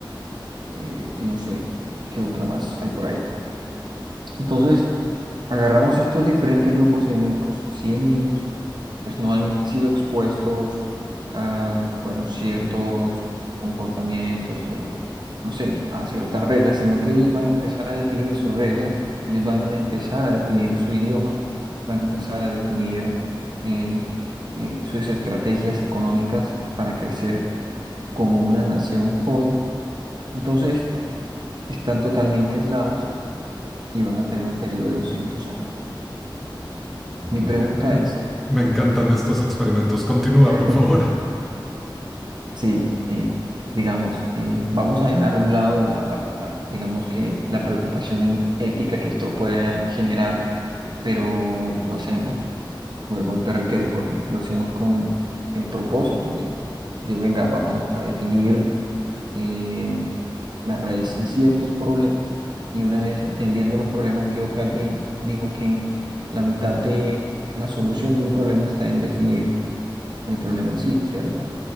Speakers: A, on the right; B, in the centre.
A: eh, y no sé qué otra más hay por ahí. Entonces, agarramos estos diferentes grupos étnicos, 100 niños, pues no han sido expuestos a, bueno, ciertos comportamientos o, no sé, a ciertas reglas, sino que ellos van a empezar a definir sus reglas, ellos van a empezar a definir su idioma, van a empezar a definir eh, eh, sus estrategias económicas para crecer como una nación joven. Entonces, están totalmente aislados y van a tener un periodo de 200 años.
B: Ujú.
A: Mi pregunta
B: Me
A: es
B: me encantan estos experimentos. Continúa,
A: <laughs>
B: por favor.
A: si, eh, digamos, eh, vamos a dejar a un lado la, la- la- digamos que la preocupación ética que esto pueda generar, pero lo hacemos, vuelvo a reitero, Jorge, lo hacemos con el propósito de, de venga, vamos a definir eh, la raíz de ciertos problemas y una vez entendiendo los problemas, creo que alguien dijo que la mitad de la solución de un problema está en definir el problema en sí, ¿cierto?